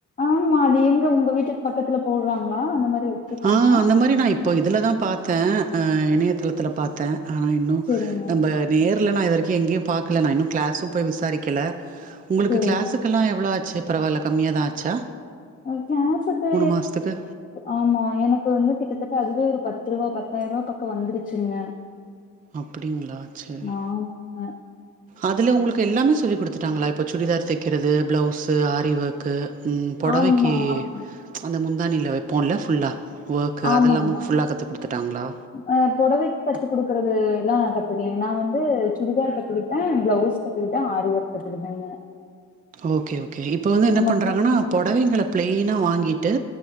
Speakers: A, on the left; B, on the right.
A: ஆமா அது எங்க உங்க வீட்டுக்கு பக்கத்துல போடுறாங்களா அந்த மாரி வச்சிருக்காங்களா
B: ஆ அந்த மாரி நா இப்போ இதில தான் பாத்தேன் இணையதளத்திலப் பாத்தேன் ஆனா இன்னும்
A: செரிங்க
B: நம்ப நேர்ல நான் இதுவரைகும் எங்கேயும் பாக்ல இன்னும் கிளாஸும் போய் விசாரிக்கல உங்களுக்கு
A: செரிங்க
B: கிளாஸுக் கெல்லாம் எவ்ளோ ஆச்சு பரவால கம்மியா தா ஆச்சா
A: ஒரு கிளாஸ்க்கு
B: மாசத்துக்கு?
A: ஆமா எனக்கு வந்து கிட்டத்தட்ட அதுவே ஒரு பத்து ரூபா பத்தாயிர ரூபா பக்கம் வந்துருச்சுங்க
B: அப்டிங்களா செரி
A: ஆமாங்க
B: அதுல உங்களுக்கு எல்லாமே சொல்லி கொடுத்துட்டாங்களா இப்போ சுடிதார் தைக்கிறது ப்ளவுஸு ஆரி ஒர்க்கு ம் பொடவைக்கு
A: ஆமா ஆமா
B: அந்த முந்தாணியில வைப்போம்ல ஃபுல்லா ஒர்க்கு
A: ஆமாங்க
B: அதெல்லாமும் ஃபுல்லா கத்துக் குடுத்துட்டாங்களா
A: அ பொடவைக் கத்து குடுக்கறது எல்லா கத்துக்கலே நா வந்து சுடிதார் கத்துக்கிட்டேன் பிளவுஸ் கத்துகிட்டேன் ஆரி ஓர்க் கத்துகிட்டேங்க
B: ஓகே ஓகே இப்போ வந்து என்ன பண்ணுறாங்கனா
A: மட்டும்
B: பொடவைங்கள ப்ளெயினா வாங்கிட்டு